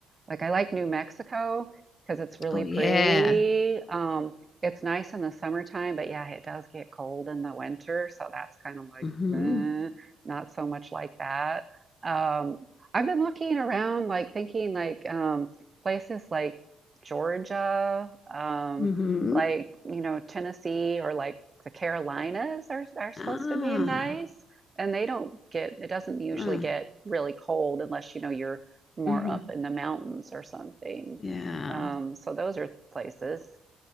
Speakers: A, on the right; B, on the left.
A: like I like New Mexico because it's really
B: Oh yeah.
A: pretty. Um, it's nice in the summertime, but yeah, it does get cold in the winter, so that's kind of like
B: Mm-hmm.
A: eh, not so much like that. Um, I've been looking around, like thinking like um, places like Georgia, um,
B: Mm-hmm.
A: like you know Tennessee or like the Carolinas are are supposed
B: Ah.
A: to be nice, and they don't get it doesn't usually
B: Uh,
A: get really cold unless you know you're more
B: mm-hmm.
A: up in the mountains or something.
B: Yeah.
A: Um, so those are places.